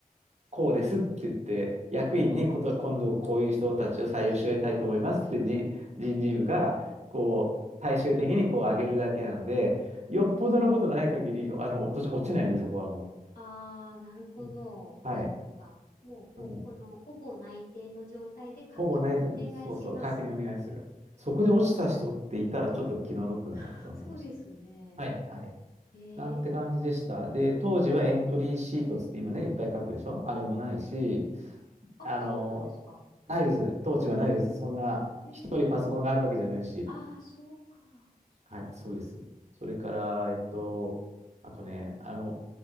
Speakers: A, on the right; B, on the left.
A: こうですって言って、役員にこと、
B: うん。
A: 今度こういう人たちを採用してたいと思いますってじ、人事部が、
B: うん
A: こう、最終的にこう上げるだけなので、よっぽどのことない限り、あの、落とし、落ちないので、そこはも
B: ああー、なるほど。
A: う。うんはい。
B: そうか。もう、こ、
A: うん
B: この、ほぼ内定の状態で確認お願いします。
A: ほぼないといます。そうそう、確認お願いする。そこで落ちた人っていたらちょっと気の毒だなと思いました。
B: <laughs> そうですね。
A: はい、はい。
B: へえ。
A: なんて感じでした。で、当時はエントリーシートつって今ね、
B: はい。
A: いっぱい書くでしょあれもないし、
B: うんうんうん。そうですね。あ、
A: あの、
B: そうなんですか。
A: ないです。当時はないです。
B: え、
A: そんな、
B: えー、
A: 一人パソコンがあるわけじゃないし。
B: ああ、そうか。そうだよな。
A: はい、そうです。それから、えっと、あとね、あの、